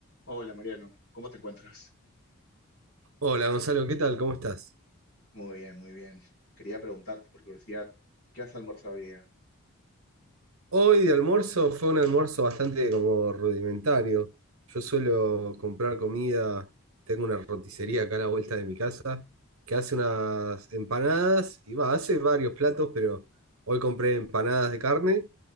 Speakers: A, on the left; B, on the right.
A: Hola Mariano, ¿cómo te encuentras?
B: Hola Gonzalo, ¿qué tal? ¿Cómo estás?
A: Muy bien, muy bien. Quería preguntarte por curiosidad, ¿qué has almorzado hoy día?
B: Hoy de almuerzo fue un almuerzo bastante como rudimentario. Yo suelo comprar comida, tengo una roticería acá a la vuelta de mi casa que hace unas empanadas y va, hace varios platos, pero hoy compré empanadas de carne